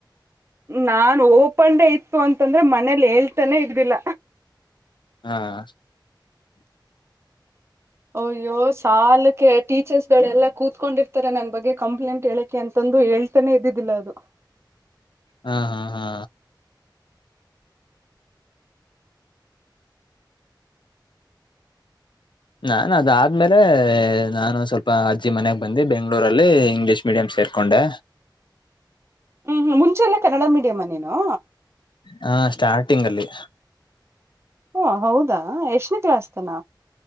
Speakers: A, on the right (about 35°); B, on the left (about 75°).
A: ನಾನ್ ಓಪನ್ ಇತ್ತು ಅಂತಂದ್ರೆ ಮನೇಲಿ ಹೇಳ್ತಾನೆ ಇರ್ಲಿಲ್ಲ.
B: ಹಾ.
A: ಅಯ್ಯೋ ಸಾಲಕ್ಕೆ ಟೀಚರ್ಸ್ ಗಳೆಲ್ಲಾ ಕೂತ್ಕೊಂಡಿರ್ತಾರ ನನ್ ಬಗ್ಗೆ ಕಂಪ್ಲೇಂಟ್ ಹೇಳಕ್ಕೆೆ ಅಂತಂದ್. ಅದು ಹೇಳ್ತಾನೆ ಇದ್ದಿದ್ದಿಲ್ಲ ಅದು.
B: ಹಾ ಹಾ ಹಾ. ನಾನು ಅದ ಆದ್ಮೇಲೆ ನಾನು ಸ್ವಲ್ಪ ಅಜ್ಜಿ ಮನೆಯಾಗ ಬಂದ ಬೆಂಗ್ಳೂರಲ್ಲಿ ಇಂಗ್ಲೀಷ್ ಮೀಡಿಯಂ. ಸೇರ್ಕೊಂಡೆ.
A: ಹ್ಮ ಮುಂಚೆಲ್ಲೇ ಕನ್ನಡ ಮೀಡಿಯಮ್ಮನನು.
B: ಹಾ ಸ್ಟಾರ್ಟಿಂಗ್ ಅಲ್ಲಿ.
A: ಹಓ ಹೌದಾ ಎಷ್ಟ ಕ್ಲಾಸ್ತನ.